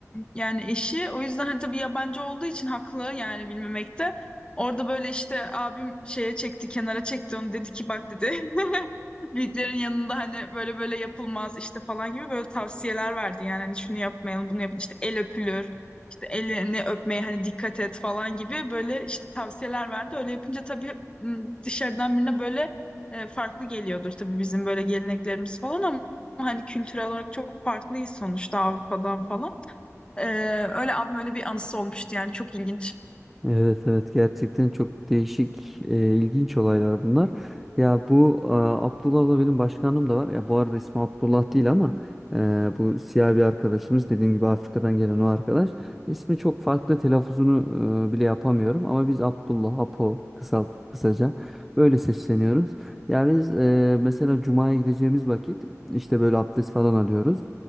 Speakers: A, on the left (about 20°); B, in the centre.
A: yani eşi. O yüzden hani tabii yabancı olduğu için haklı yani bilmemekte. Orada böyle işte abim şeye çekti, kenara çekti onu dedi ki bak dedi. <laughs> Büyüklerin yanında hani böyle böyle yapılmaz işte falan gibi böyle tavsiyeler verdi. Yani hani şunu yapmayalım, bunu yapın işte el öpülür. işte elini öpmeye hani dikkat et falan gibi böyle işte tavsiyeler verdi. Öyle yapınca tabii m, dışarıdan birine böyle e, farklı geliyordur tabii bizim böyle geleneklerimiz falan ama hani kültürel olarak çok farklıyız sonuçta Avrupa'dan falan. Ee, öyle abim öyle bir anısı olmuştu yani çok ilginç.
B: Evet evet gerçekten çok değişik e, ilginç olaylar bunlar. Ya bu e, Abdullah'la benim başkanım da var. Ya bu arada ismi Abdullah değil ama e, bu siyah bir arkadaşımız dediğim gibi Afrika'dan gelen o arkadaş. İsmi çok farklı telaffuzunu e, bile yapamıyorum ama biz Abdullah, Apo kısalt kısaca böyle sesleniyoruz. Ya biz e, mesela Cuma'ya gideceğimiz vakit işte böyle abdest falan alıyoruz.